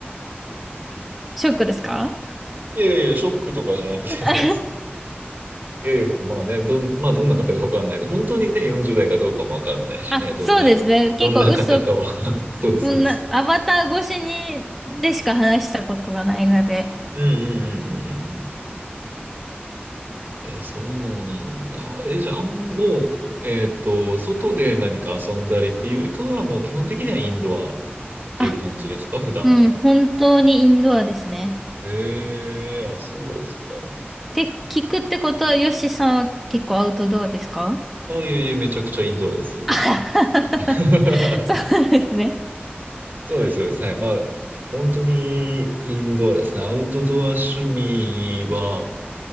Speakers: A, in the centre; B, on the right.
A: ショックですか
B: いやいやいや、ショックとかじゃなくてです。
A: <laughs>
B: いやいやいや、まあね、どん、まあどんな方かわかんない。本当にね、40代かどうかもわかんないしね、
A: あ、
B: どんな、
A: そうですね。結構嘘、
B: どんな方かは。
A: も
B: <laughs> そうそうそう。
A: うな、アバター越しに、でしか話したことがないので。
B: うんうんうんうんうんえ、そうなんだ。え、じゃあ、あんもう、えっと、外で何か遊んだりっていうよりかは、もう基本的にはインドアっていう感じですか、
A: あ、
B: 普段から。
A: うん、本当にインドアですね。
B: ええあ、そうですか。
A: って聞くってことは、ヨシさんは結構アウトドアですか
B: あ、いえいえ、めちゃくちゃインドアですよ。
A: あは
B: <laughs>
A: は <laughs> そうですね。
B: そうです、そうです。はい。まあ、本当にインドアですね。アウトドア趣味は、